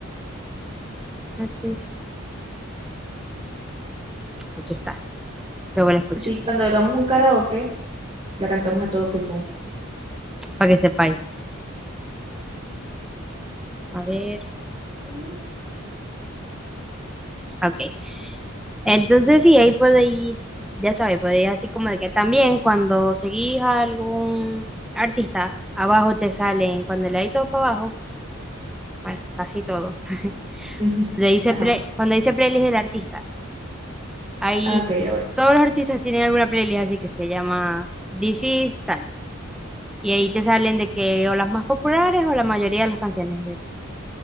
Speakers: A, in the centre; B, on the right (about 30°).
A: Tates- Aquí está. Luego la escucho,
B: Sí, cuando hagamos un karaoke, la cantamos a todo pulmón.
A: para que sepáis. A ver,
B: Ujú.
A: ok. Entonces, sí, ahí podéis, ya sabéis, podéis así como de que también cuando seguís a algún artista, abajo te salen, cuando le dais todo para abajo, bueno, casi todo. <laughs>
B: Ujú.
A: Cuando dice,
B: Ajá.
A: play- cuando dice playlist del artista, ahí
B: Ah, ok, ya voy.
A: todos los artistas tienen alguna playlist así que se llama This is tal. Y ahí te salen de que o las más populares o la mayoría de las canciones de